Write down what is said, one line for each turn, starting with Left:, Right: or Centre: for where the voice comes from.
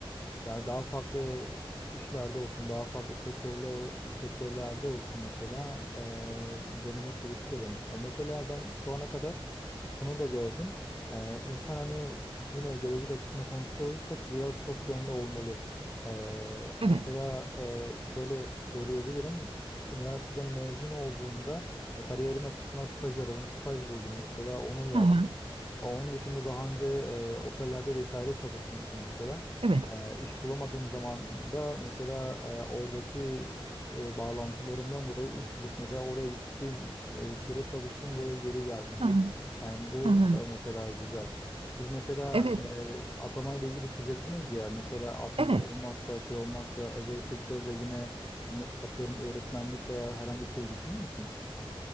Left: Yani daha farklı işlerde olsun, daha farklı sektörler sektörlerde olsun mesela eee, denemek de isterim. Ya mesela ben şu ana kadar şunu da gördüm. Eee insan hani yine gelecek açısından konuşacak olursak biraz çok yönlü olmalı. Eee,
Right: Evet.
Left: mesela eee, şöyle söyleyebilirim. Üniversiteden mezun olduğumda hani kariyerim açısından staj aradım, staj buldum mesela onu yaptım.
Right: Hı hı.
Left: Onun dışında daha önce eee, otellerde vesaire çalışmıştım mesela.
Right: Evet.
Left: E, iş bulamadığım zaman da mesela e, oradaki e, bağlantılarımdan dolayı iş bulup mesela oraya gidip bir e, süre çalıştım ve geri geldim.
Right: Hı hı.
Left: Yani bu
Right: Hı hı.
Left: da mesela güzel. Siz mesela
Right: Evet,
Left: e, atama ile ilgili söz ettiniz ya mesela atama
Right: evet.
Left: olmazsa şey olmazsa özel sektörde yine ne- atıyorum öğretmenlik veya herhangi bir şey düşünüyor musunuz?